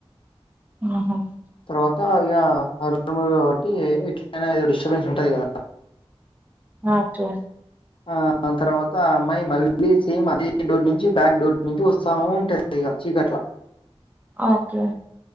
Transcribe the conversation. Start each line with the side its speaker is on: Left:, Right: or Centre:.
Right: ఆహా
Left: తర్వాత ఇక <inaudible> కాబట్టి ఎట్లయినా డిస్టర్బెన్స్ ఉంటది కదా
Right: ఓకే
Left: ఆ తర్వాత అమ్మాయి మళ్ళీ సేమ్ అదే డోర్ నుంచి బ్యాక్ డోర్ నుంచి వస్తా ఉంటది ఇగ చికట్ల
Right: ఓకే